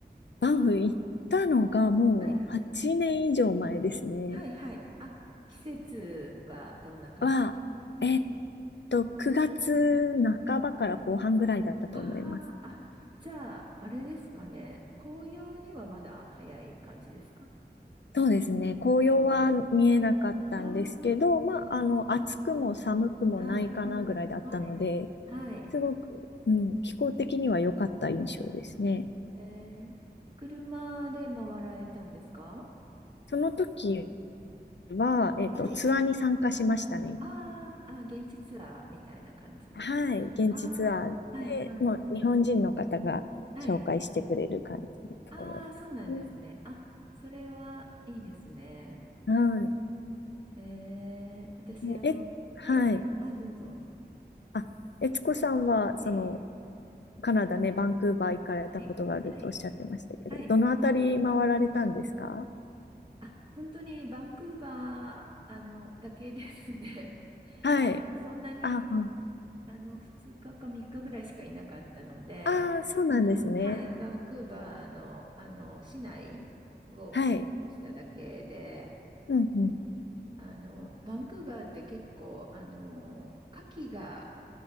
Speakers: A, on the left (about 90°); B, on the right (about 25°).
A: バンフ行ったのがもう8年以上前ですね。
B: はい、はい、はい。あ、季節はどんな感じ
A: は、えっと、9月半ばから後半ぐらいだったと思います。
B: あああ、じゃあ、あれですかね。紅葉にはまだ早い感じですか
A: そうですね。紅葉は見えなかったんですけど、
B: ああー、
A: まあ、
B: えー
A: あの、暑くも寒くもないかなぐらいだったので、
B: はい、はい、はい、はい。
A: すごく、うん、気候的には良かった印象ですね。
B: えー、車で回られたんですか
A: その時は、えっと、
B: はい。
A: ツアーに参加しましたね。
B: あーあ、現地ツアーみたいな感じで。
A: はい。現地ツアーで、
B: ああ、はいはい。
A: もう日本人の方が紹介してくれる感じのところですね。
B: はい。ああ、そうなんですね。あ、それはいいですね。
A: は
B: えー、私、
A: い。
B: あの、
A: え、えはい。
B: はい。あ、どうぞ。
A: あ、悦子さんは、
B: はい。
A: その、カナダね、バンクーバー行かれたことがあるとおっしゃってましたけど、
B: はい。はい。はい。
A: どのあたり回られたんですか
B: あ、本当にバンクーバー、あの、だけですね。
A: はい。
B: <laughs> そんなに、
A: ああ、
B: あの、2日か3日ぐらいしかいなかったので、
A: ああ、そうなんですね。
B: あの、はい。バンクーバーの、あの、市内をうろうろしただけで、
A: はい。うんうん。
B: あの、バンクーバーって結構、あの、牡蠣が